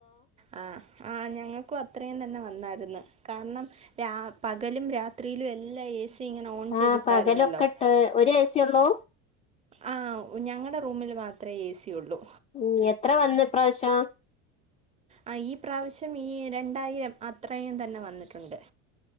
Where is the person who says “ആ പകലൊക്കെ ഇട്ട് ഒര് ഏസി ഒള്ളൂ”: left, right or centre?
Left